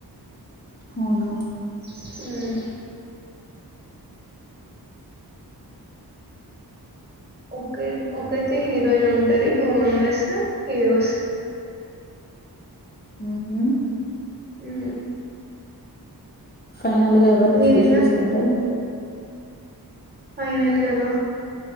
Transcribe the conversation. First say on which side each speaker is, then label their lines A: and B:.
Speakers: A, on the left (about 25°); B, on the right (about 25°).
A: అవునా
B: హ్మ్మ్ ఒక్క ఒకటే హీరోయిన్ ఉంటది టూ మెంబర్స్ హీరోస్
A: ఉహుమ్
B: హ్మ్
A: ఫైనల్ గా ఎవరిని
B: మీరు
A: చూజ్
B: ఇట్లా
A: చేసుకుంటది.
B: ఫైనల్గానా